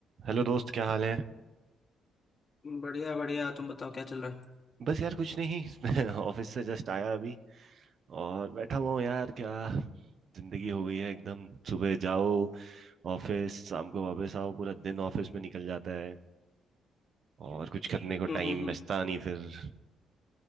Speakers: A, on the right; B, on the left.
A: हेलो दोस्त क्या हाल है
B: बढ़िया बढ़िया तुम बताओ क्या चल रहा है
A: बस यार कुछ नहीं <laughs> मैं ऑफिस से जस्ट आया अभी और बैठा हुआ हूँ यार क्या जिंदगी हो गई है एकदम सुबह जाओ ऑफिस शाम को वापस आओ पूरा दिन ऑफिस में निकल जाता है और कुछ करने को
B: हम्म
A: टाइम
B: हम्म हम्म
A: बचता नहीं फिर